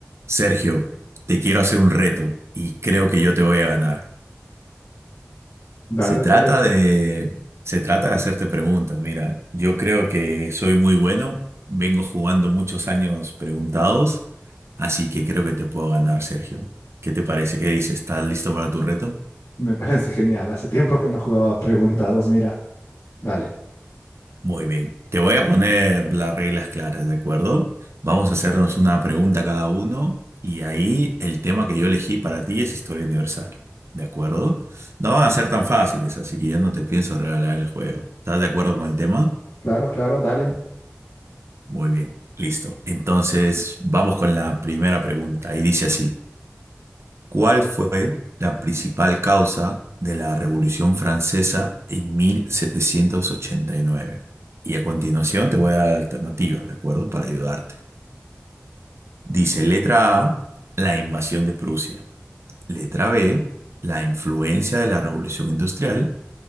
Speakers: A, on the right; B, on the left.
A: Sergio, te quiero hacer un reto y creo que yo te voy a ganar.
B: Dale,
A: Se trata
B: dale.
A: de, se trata de hacerte preguntas. Mira, yo creo que soy muy bueno, vengo jugando muchos años preguntados, así que creo que te puedo ganar, Sergio. ¿Qué te parece? ¿Qué dices? ¿Estás listo para tu reto?
B: Me parece genial. Hace tiempo que no jugaba preguntados, mira. Dale.
A: Muy bien, te voy a poner las reglas claras, ¿de acuerdo? Vamos a hacernos una pregunta cada uno y ahí el tema que yo elegí para ti es historia universal, ¿de acuerdo? No van a ser tan fáciles, así que ya no te pienso regalar el juego. ¿Estás de acuerdo con el tema?
B: Claro, claro, dale.
A: Muy bien, listo. Entonces, vamos con la primera pregunta y dice así. ¿Cuál fue la principal causa de la Revolución Francesa en 1789? Y nueve? Y a continuación te voy a dar alternativas, ¿de acuerdo? Para ayudarte. Dice letra A, la invasión de Prusia. Letra B, la influencia de la Revolución Industrial.